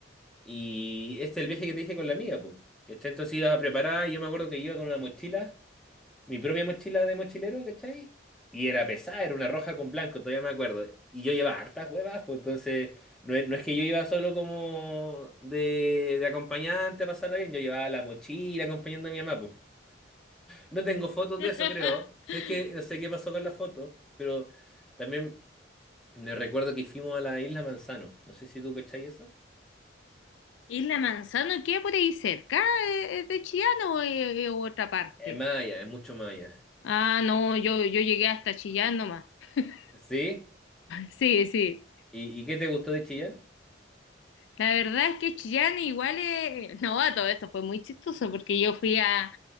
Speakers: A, in the centre; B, on the left (about 75°).
A: y este es el viaje que te dije con la amiga, pues. ¿Cachai? Entonces ibas a preparar, y yo me acuerdo que iba con una mochila. mi propia mochila de mochilero, ¿cachai? Y era pesada, era una roja con blanco, todavía me acuerdo. Y yo llevaba hartas huevas, pues entonces no es, no es que yo iba solo como de, de acompañante a pasarla bien, yo llevaba la mochila acompañando a mi mamá, pues. No tengo fotos
B: <laughs>
A: de eso, creo. Sé que no sé qué pasó con la foto, pero también me recuerdo que fuimos a la isla Manzano. No sé si tú cachai esa.
B: ¿Y la manzana queda por ahí cerca? ¿Es es de Chillán o es otra parte?
A: Es más allá, es mucho más allá.
B: Ah, no, yo, yo llegué hasta Chillán nomás. <laughs>
A: ¿Sí?
B: Sí, sí.
A: ¿Y, y qué te gustó de Chillán?
B: La verdad es que Chillán igual es... No, a todo esto fue muy chistoso porque yo fui a...